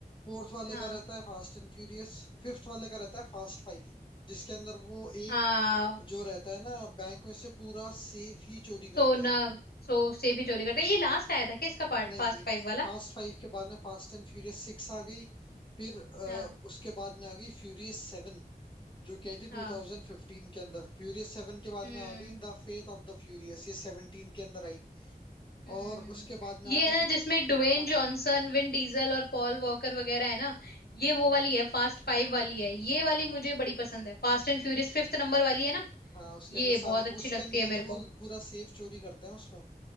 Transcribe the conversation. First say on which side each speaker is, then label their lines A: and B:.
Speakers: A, on the left (about 30°); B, on the left (about 80°).
A: Fourth वाले
B: हाँ
A: का रहता है फास्ट एंड फ्यूरियस फिफ्थ वाले का रहता है फास्ट फाइव जिसके अंदर वो एक
B: हाँ
A: जो रहता है ना बैंक में से पूरा सेफ ही चोरी
B: सोना
A: करते हैं
B: सो सेफ ही चोरी करते हैं। ये लास्ट आया था क्या इसका पार्ट
A: नहीं
B: फास्ट फाइव वाला
A: फास्ट फाइव के बाद में फास्ट एंड फ्यूरियस सिक्स आ गई फिर अ,
B: हाँ
A: उसके बाद में आ गई फ्यूरियस सेवन जो कि आई थी 2015
B: हाँ
A: के अंदर फ्यूरियस सेवन के बाद
B: हम्म
A: में आ गई the Fate of the Furious ये 17 के अंदर आई
B: हम्म
A: और उसके बाद में
B: ये
A: आ
B: है
A: गई
B: ना जिसमें ड्वेन
A: हाँ हाँ
B: जॉनसन विन डीजल और पॉल वॉकर वगैरह है ना
A: हम्म,
B: ये
A: हम्म,
B: वो वाली है फास्ट फाइव वाली है ये वाली मुझे बड़ी पसंद है fast and furious fifth number वाली है ना
A: हाँ उसके अंदर
B: ये
A: सारे
B: बहुत अच्छी
A: उसके
B: लगती
A: अंदर
B: है
A: ही
B: मेरे
A: तो वो
B: को
A: पूरा सेफ चोरी करते हैं उसमें